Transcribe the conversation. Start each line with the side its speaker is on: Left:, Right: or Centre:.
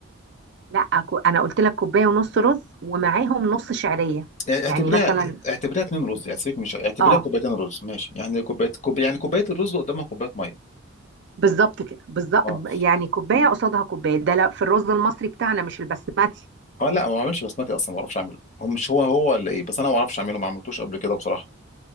Right: لا كو- انا قلت لك كوبايه ونص رز ومعاهم نص شعريه
Left: يعني اعتبريها
Right: يعني مثلا
Left: اعتبريها اتنين رز يعني سيبك مش اعتبريها
Right: اه
Left: كوبايتين رز ماشي يعني كوباية كوب... يعني كوباية الرز قدامها كوباية مية
Right: بالظبط كده بالظبط
Left: اه
Right: يعني كوبايه قصادها كوبايه ده لا في الرز المصري بتاعنا مش البسمتي
Left: اه لا ما بعملش بسمتي اصلا ما بعرفش اعمله هو مش هو هو ولا ايه بس انا ما بعرفش اعمله ما عملتوش قبل كده بصراحة